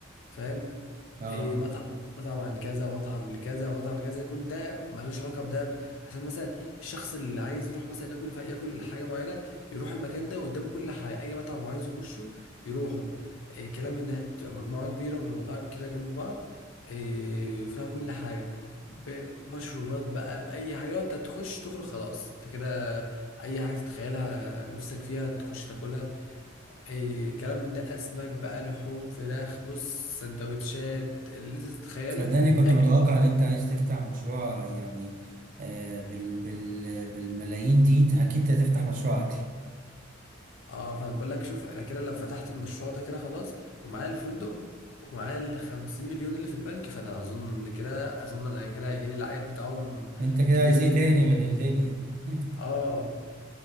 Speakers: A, on the left (about 80°); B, on the right (about 45°).
A: فاهم
B: اه
A: إيه مطعم مطعم عن كذا ومطعم لكذا ومطعم لكذا يكون ده ملوش علاقه بده ب- عشان مثلا الشخص اللي عايز يروح مثلا ياكل ف- ياكل حاجه معينه يروح المكان ده قدامه كل حاجه اي مطعم عايز يخشه يروحه إيه كلام من ده تبقى مجموعه كبيره من المطاعم كده جنب بعض إيه فيها كل حاجه بمشروبات بقى باي حاجه لو انت تخش تخرج خلاص انت كده اي حاجه تتخيلها نفسك فيها تخش تاكلها إيه كلام من ده اسماك بقى لحوم فراخ بص سندوتشات اللي انت تتخيله
B: صدقني كنت
A: اكل
B: متوقع ان انت عايز تفتح مشروع يعني آه، بال بال بالملايين دي ت- اكيد هتفتح مشروع اكل
A: اه فانا بقول لك شوف انا كده لو فتحت المشروع ده كده خلاص ومعايا الفندق ومعايا ال 50 مليون اللي في البنك فانا اظن ان كده اظن انا كده هيجي لي العائد بتاعهم
B: انت كده
A: كبير
B: عايز
A: جدا
B: ايه تاني من
A: يعني.
B: الدنيا <laughs>
A: اه